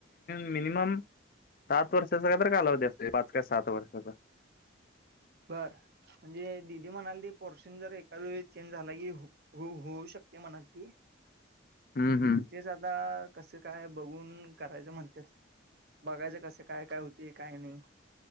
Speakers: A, on the left; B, on the right.
A: मिनिमम सात वर्षाचा काय तर कालावधी असतो. पाच का? सात वर्षाचा?
B: बर म्हणजे, दिदी म्हणाल ती पोर्शन जर एका वेळीस चेंज झाला की हो हो होऊ शकते मनालती.
A: हम्म हम्म
B: तेच आता कसं काय? बघून करायचं म्हण? बघायचं कस काय काय होते? काय नाही?